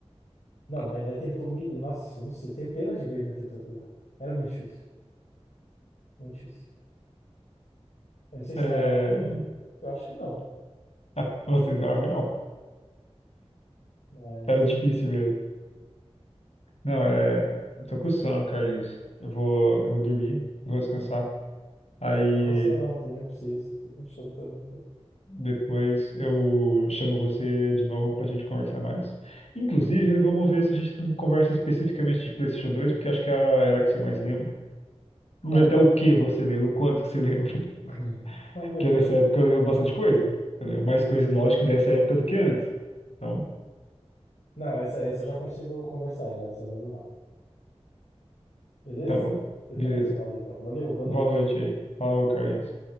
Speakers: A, on the left; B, on the left.
A: Não, mas nós tentou, mil- nossa, não sei, centenas de vezes nós tentou pular. Era muito difícil, muito difícil. Eu não sei se
B: É...
A: não era ruim, eu acho que não,
B: Ah, vocês não era ruim, não.
A: mas
B: Era difícil mesmo. Não, é... Eu tô com sono, Carlinhos. Eu vou, eu vou dormir, vou descansar. Aí
A: Não é só você não, também preciso. Tô com sono também. tá?
B: Depois eu chamo você de novo para a gente conversar mais. Inclusive, vamos ver se a gente não conversa especificamente de PlayStation 2, porque acho que é a era que você mais lembra. Vamos
A: Tá
B: ver
A: bom.
B: até o que você lembra, o quanto que você lembra. <laughs>
A: <laughs> Então, beleza.
B: Porque dessa época eu lembro bastante coisa. Eu lembro mais coisa, lógico, dessa época do que antes. Então,
A: Não, essa, essa eu já consigo conversar já, essa eu lembro mais. Beleza?
B: tá bom.
A: Depois
B: Beleza.
A: nós fala então. Valeu, boa
B: Boa
A: noite.
B: noite aí. Falou, Carlinhos.
A: Boa